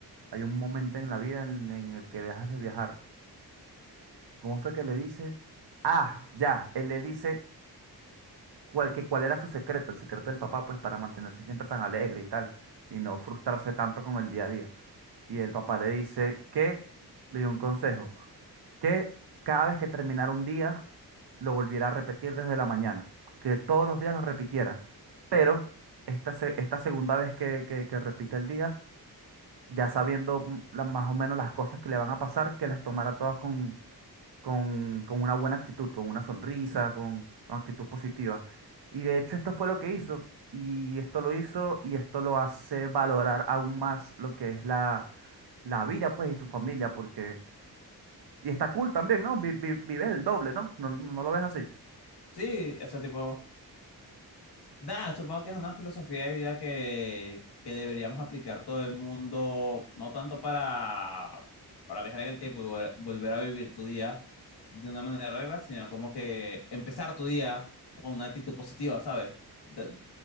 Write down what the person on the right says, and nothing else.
hay un momento en la vida en, en el que dejas de viajar. ¿Cómo fue que le dice? Ah, ya, él le dice cuál, que cuál era su secreto, el secreto del papá, pues para mantenerse siempre tan alegre y tal, y no frustrarse tanto con el día a día. Y el papá le dice que, le dio un consejo, que cada vez que terminara un día, lo volviera a repetir desde la mañana, que todos los días lo repitiera, pero esta, se- esta segunda vez que, que, que repite el día, ya sabiendo m- la- más o menos las cosas que le van a pasar, que las tomara todas con, con, con una buena actitud, con una sonrisa, con, con actitud positiva. Y de hecho esto fue lo que hizo, y esto lo hizo, y esto lo hace valorar aún más lo que es la, la vida, pues, y su familia, porque... Y está cool también, ¿no? Vi- vi- vives el doble, ¿no? ¿No, no lo ves así?